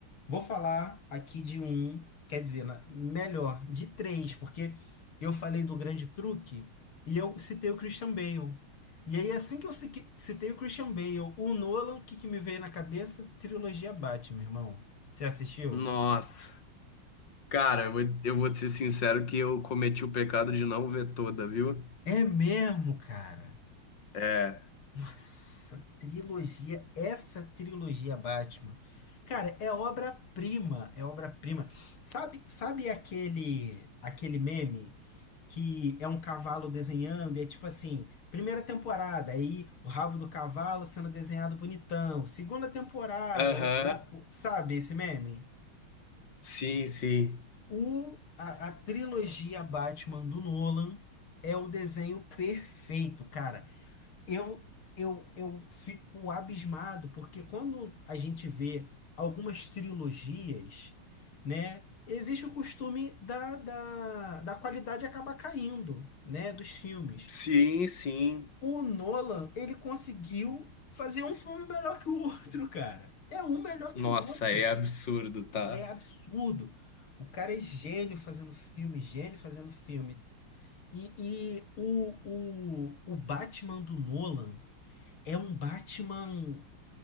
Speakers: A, on the left; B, on the left.
A: vou falar aqui de um, quer dizer, na- melhor, de três, porque eu falei do Grande Truque e eu citei o Christian Bale. E aí, assim que eu cique- citei o Christian Bale, o Nolan, o que que me veio na cabeça? Trilogia Batman, irmão. Você assistiu?
B: Nossa. Cara, eu vou, eu vou ser sincero que eu cometi o pecado de não ver toda, viu?
A: É mesmo, cara.
B: É.
A: Essa trilogia, essa trilogia Batman. Cara, é obra-prima, é obra-prima. Sabe, sabe aquele aquele meme que é um cavalo desenhando e é tipo assim, primeira temporada, aí o rabo do cavalo sendo desenhado bonitão, segunda temporada,
B: Aham.
A: o corpo, sabe esse meme?
B: Sim, sim.
A: O a, a trilogia Batman do Nolan é o desenho perfeito, cara. Eu, eu, eu fico abismado, porque quando a gente vê algumas trilogias, né, existe o costume da, da, da qualidade acabar caindo, né, dos filmes.
B: Sim, sim.
A: O Nolan, ele conseguiu fazer um filme melhor que o outro, cara. É um melhor
B: Nossa,
A: que o outro.
B: é absurdo, tá?
A: É absurdo. O cara é gênio fazendo filme, gênio fazendo filme. E, e o, o, o Batman do Nolan é um Batman.